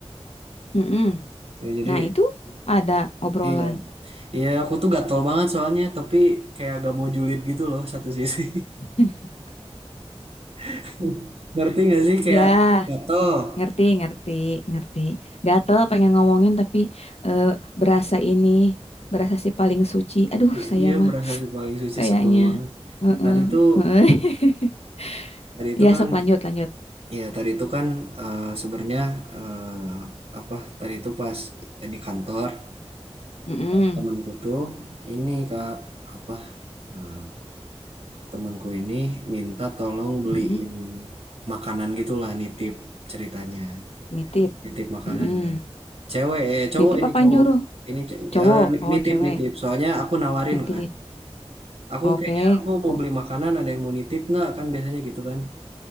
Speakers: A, on the left; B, on the right.
A: Mm-mm.
B: Ya jadi
A: Nah itu ada obrolan.
B: iya. Iya, aku tuh gatel banget soalnya, tapi kayak agak mau julid gitu loh satu sisi.
A: <laughs>
B: <laughs> Ngerti gak sih kayak
A: Ya,
B: gatel?
A: ngerti, ngerti, ngerti. Gatel pengen ngomongin tapi eh, berasa ini, berasa si paling suci. Aduh,
B: Iya,
A: saya
B: iya,
A: mah
B: berasa sih paling suci
A: kayaknya.
B: sebel banget.
A: Heeh,
B: Tadi tuh,
A: heeh. <laughs>
B: tadi itu
A: Ya,
B: kan,
A: sok lanjut, lanjut.
B: ya tadi itu kan eh, sebenarnya eh, apa? Tadi itu pas di kantor
A: Mm-mm,
B: eh, temanku tuh ini kak apa? eh, temanku ini minta tolong beliin
A: mm-mm.
B: makanan gitulah, nitip ceritanya,
A: Nitip.
B: nitip makanannya.
A: Mm-mm.
B: Cewek, eh, cowok
A: Nitip
B: ini
A: apa
B: cowok
A: nyuruh?
B: ini ce-
A: Cowok,
B: eh,
A: oh
B: nitip
A: cewek.
B: nitip. Soalnya aku nawarin
A: Nitip.
B: kan. Aku
A: Oke.
B: kayaknya aku mau
A: Oh,
B: beli makanan, ada yang mau nitip nggak? Kan biasanya gitu kan.